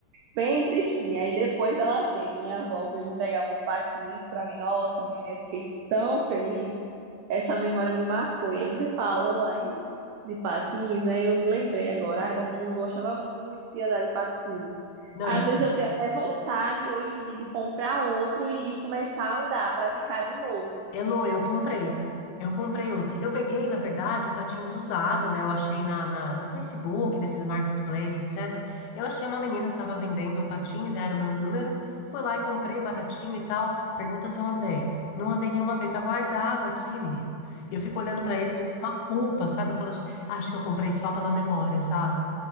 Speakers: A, on the right; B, on the left.
A: Bem tristinha. Aí depois ela vem, minha avó veio entregar meu patins pra mim. Nossa, menina, eu fiquei tão feliz. Essa memória me marcou. E aí você falou aí de patins, né? Eu me lembrei agora. Ah, Era, mu- gostava muito de andar de patins.
B: Não,
A: Às
B: e
A: vezes eu tenho até vontade hoje em dia de comprar outro e, e começar a andar, a praticar de novo.
B: Elô, eu comprei. Eu comprei um. Eu peguei, na verdade, um patins usado, né? Eu achei na, na- no Facebook, nesses marketplaces, etc. Eu achei uma menina que estava vendendo um patins, era o meu número. Fui lá e comprei baratinho e tal. Pergunta se eu andei. Não andei nenhuma vez. Tá guardado aqui, menino. E eu fico olhando pra ele, me dá uma culpa, sabe? Eu falo, acho que eu comprei só pela memória, sabe?